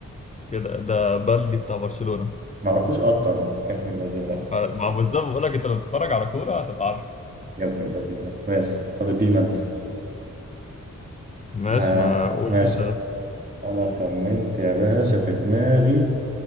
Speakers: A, on the left; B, on the right.
A: كده ده بلدي بتاع برشلونة
B: معرفوش اصلا يا ابن اللذينة
A: مع بالظبط بقول لك انت لو بتتفرج على كورة هتبقى عارفه
B: يا ابن اللذينة ماشي طب ادينا انت
A: ماشي
B: ها
A: ما اقول
B: ماشي
A: انت
B: انا خمنت يا باشا في دماغي